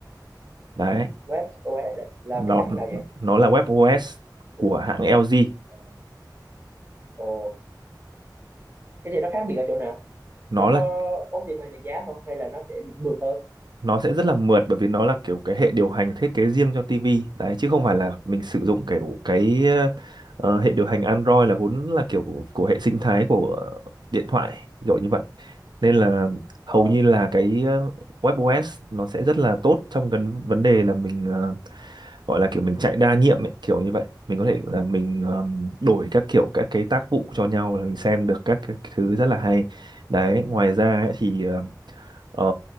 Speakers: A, on the right; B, on the right.
A: đấy
B: WebOS là
A: nó
B: cái hãng nào vậy
A: nó là WebOS của hãng LG
B: Ờ. Ồ thế thì nó khác biệt ở chỗ nào
A: nó
B: nó
A: là
B: có optimize về giá không hay là nó sẽ mượt hơn
A: nó sẽ rất là mượt bởi vì nó là kiểu cái hệ điều hành thiết kế riêng cho TV đấy chứ không phải là mình sử dụng kiểu cái ờ, ờ, hệ điều hành Android là vốn là kiểu của hệ sinh thái của điện thoại rồi như vậy nên là hầu
B: Ờ,
A: như là cái ờ, WebOS nó sẽ rất là tốt trong cái vấn đề là mình ờ, gọi là kiểu mình chạy đa nhiệm ấy, kiểu như vậy mình có thể là mình ờm, đổi các kiểu các cái tác vụ cho nhau là mình xem được các cái thứ rất là hay đấy ngoài ra ấy, thì ờ, ờ,